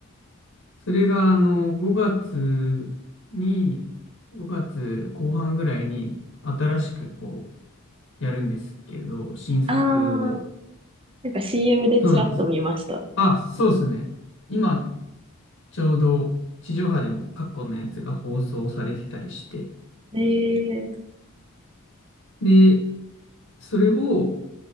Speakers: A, on the left; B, on the right.
A: それが、あの、5月に、5月後半ぐらいに、新しく、こう、やるんですけど、新作を。
B: あー、なんか CM でちらっと見ました。
A: そうなんです。あ、そうですね。今、ちょうど、地上波でも過去のやつが放送されてたりして、
B: えー、
A: で、それを、